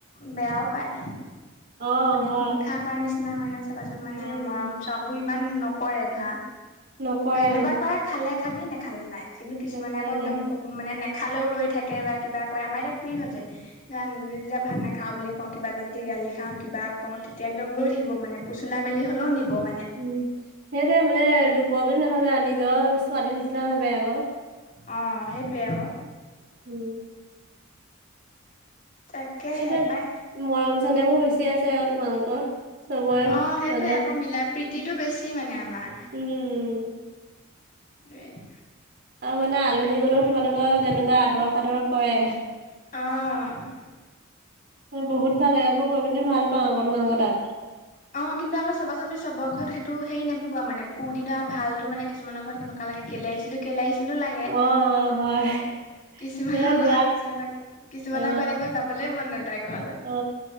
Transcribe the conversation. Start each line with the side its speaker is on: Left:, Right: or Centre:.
Left: বেয়াও পায়।
Right: অ'
Left: মানে
Right: হয়
Left: হিংসা কৰা নিচিনা হয় নাই চাবাচোন মানে
Right: উম
Left: মৰম কাম বোৰ ইমান নকৰে ধৰা,
Right: নকৰে
Left: এনেকুৱা
Right: অ'
Left: কৰে খালে খাবি নেখালে নাই। কিন্তু কিছুমানে
Right: দেখালে
Left: আকৌ একদম
Right: নাই
Left: ক মানে নেখালেও ৰৈ থাকে বা কিবা কৰে আমাৰ এতিয়া। ধৰা যেতিয়া ভাত নাখাও বুলি কওঁ কিবা এটা যদি গালি খাও কিবা কও তেতিয়া একদম ৰৈ থাকিব মানে। ফুচুলাই মেলি হ'লেও নিব মানে।
Right: উম, সেইটোৱেই মানে লোকুৰ বুলি নাভাবে আৰু নিজৰ ছোৱালীৰ নিচিনা ভাবে আকৌ।
Left: অ', সেইটোয়ে আকৌ।
Right: উম।
Left: তাকে
Right: ইয়াতে
Left: হে পাই।
Right: মৰম চেনেহমোৰ বেছি আছে আকৌ তোমালোকৰ। চবৰে
Left: অ', সেইটোৱে
Right: মাজত
Left: আকৌ মিলা প্ৰতিটো বেছি মানে আমাৰ।
Right: উম।
Left: <unintelligible>
Right: আৰু মানে আলহী গলেও তোমালোকৰ যেনেকুৱা আদৰ সাদৰ কৰে।
Left: অ'।
Right: বহুত ভাল লাগে মই গৈ পিনে ভাল পাওঁ তোমালোকৰ তাত।
Left: অ', কিন্তু আকৌ চাবাচোন আমি চবৰ ঘৰত সেইটো হেৰি নোপোৱা মানে ফুৰ্তি ভালো মানে কিছুমানৰ ঘৰত কেনেকুৱা লাগে কেলে আহিছিলো কেলে আহিছিলো লাগে।
Right: অ হয়
Left: কিছুমানৰ
Right: মানে যোৱাত
Left: ঘৰত কিছুমানৰ - কিছুমানৰ
Right: অ
Left: ঘৰত আকৌ যাবলে মন নাযায় ঘৰলৈ।
Right: অ